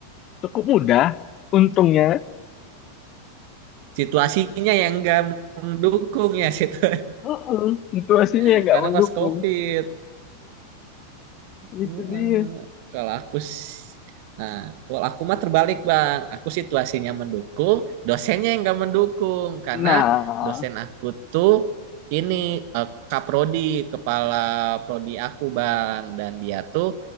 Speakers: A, on the left (about 35°); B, on the right (about 45°).
A: cukup mudah. Untungnya
B: Situasinya yang nggak mendukung ya situ
A: Heeh. situasinya
B: <laughs>
A: nggak
B: karena
A: mendukung.
B: pas COVID.
A: Itu
B: Eh,
A: dia.
B: Kalau aku s- nah, kalau aku mah terbalik, Bang. Aku situasinya mendukung, dosennya yang nggak mendukung karena
A: Nah,
B: dosen aku tuh ini eh, kaprodi, kepala prodi aku, Bang. Dan dia tuh